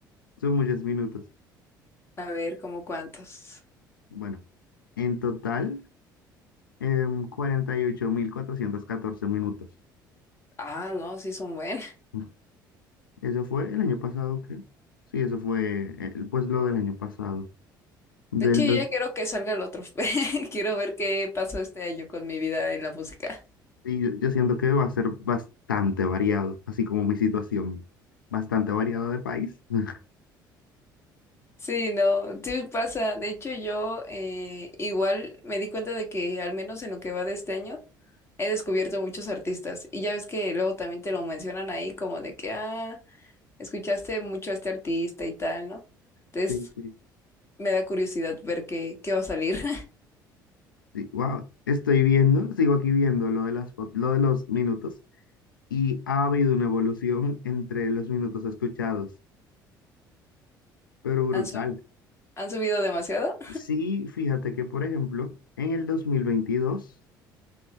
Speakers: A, on the left (about 80°); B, on the left (about 25°).
A: son muchos minutos.
B: <laughs> A ver, como cuántos.
A: Bueno, en total, em, 48.414 minutos.
B: Ah, no, sí son buenos. <laughs>
A: <laughs> Eso fue el año pasado, creo. Sí, eso fue eh, pues lo del año pasado. Del
B: De hecho, yo
A: dos
B: ya quiero que salga el otro. <laughs> Quiero ver qué pasó este año con mi vida en la música.
A: Sí, yo, yo siento que va a ser bastante variado, así como mi situación, bastante variada de país. <laughs>
B: Sí, no, sí pasa. De hecho, yo eh, igual me di cuenta de que al menos en lo que va de este año, he descubierto muchos artistas. Y ya ves que luego también te lo mencionan ahí como de que, ah, escuchaste mucho a este artista y tal, ¿no? Entonces
A: Sí, sí.
B: Me da curiosidad ver qué, qué va a salir. <laughs>
A: wow, estoy viendo, sigo aquí viendo lo de las, fo- lo de los minutos y ha habido una evolución entre los minutos escuchados, pero brutal.
B: ¿Han, su- han subido demasiado?
A: Sí, fíjate que, por ejemplo, en el 2022